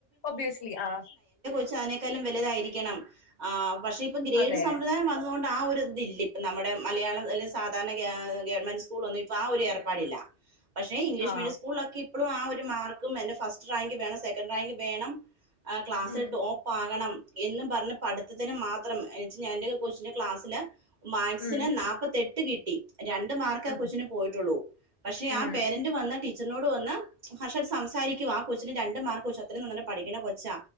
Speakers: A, on the left (about 80°); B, on the right (about 40°).
A: ഒബവിയസ്ലി ആഹ്
B: പക്ഷേ അതിനേക്കാലും വലുതായിരിക്കണം, ആഹ് പക്ഷേ ഇപ്പ ഗ്രേഡ്
A: അതെ
B: സമ്പ്രദായം വന്നോണ്ട് ആ ഒരു ഇത് ഇല്ല ഇപ്പ നമ്മുടെ മലയാളം അല് സാധാരണ ഗ ഗവൺമെന്റ് സ്കൂളൊന്നും ഇപ്പ ആ ഒരു ഏർപ്പാടില്ല. പക്ഷേ ഇംഗ്ലീഷ്
A: ആ
B: മീഡിയം സ്കൂളിലൊക്കെ ഇപ്പളും ആ ഒരു മാർക്കും എന്റെ ഫസ്റ്റ് റാങ്ക് വേണം സെക്കൻഡറ് റാങ്ക് വേണം ആ ക്ലാസ്സിൽ
A: ഉം
B: ടോ പ്പാകണം എന്നും പറഞ്ഞ് പഠിത്തത്തിന് മാത്രം എച് ഞാ എന്റെ ഒക്കെ കൊച്ചിന്റെ ക്ലാസ്സില് മാത് സിന്
A: ഉം
B: നാപത്തെട്ട് കിട്ടി, രണ്ട് മാർക്ക് ആ
A: ഉം
B: കൊച്ചിന് പോയിട്ടുള്ളൂ, പക്ഷേ ആ
A: ഉം
B: പേര ന്റ് വന്ന് ടീച്ചറിനോട് വന്ന് <unintelligible> സംസാരിക്കുവ ആ കൊച്ചിന് രണ്ട് മാർക്ക്, കൊച്ചു അത്രയും നല്ല പഠിക്കണ കൊച്ചാ,